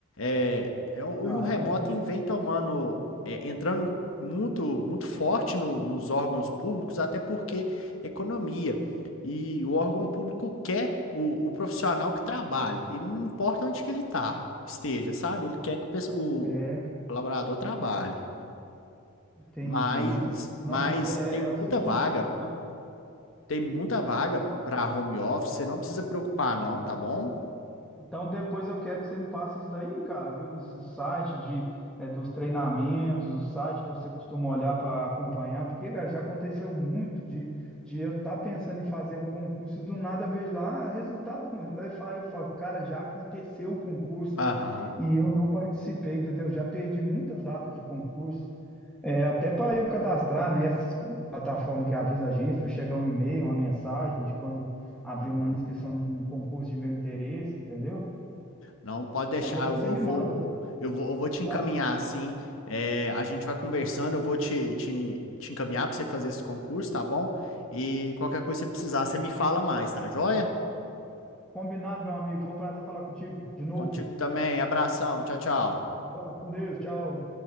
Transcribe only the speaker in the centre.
Ah,
é? É,
entendi.
Não,
mas é,
é
é o seguinte,
cara.
Então depois eu quero que você me passe isso daí, cara, viu? Esse site de, eh, dos treinamentos, o site que você costuma olhar para acompanhar, porque, cara, já aconteceu muito de, de eu estar pensando em fazer um concurso e do nada eu vejo lá ah, resultado. com- Eu falo, eu falo, cara, já aconteceu o concurso,
velho, e eu não participei, entendeu? Já perdi muita data de concurso. É, até para eu cadastrar nessas plataformas que avisa a gente, para chegar um e-mail, uma mensagem de quando abrir
uma inscrição num concurso de meu interesse, entendeu?
Aí depois
você me
manda,
tá?
Combinado, meu amigo. Foi um prazer falar contigo de novo.
Abraço, com Deus, tchau.